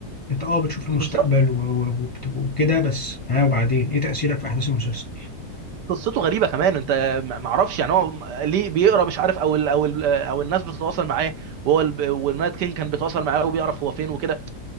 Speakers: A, on the left; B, on the right.
A: انت اه بتشوف المستقبل
B: بالظبط
A: و- و- وبت- وكده بس ها وبعدين ايه تاثيرك في احداث المسلسل؟
B: قصته غريبه كمان انت ما ما اعرفش يعني هو ليه بيقرا مش عارف او ال او ال او الناس بتتواصل معاه وهو ال- والنايت كينج كان بيتواصل معاه وبيعرف هو فين وكده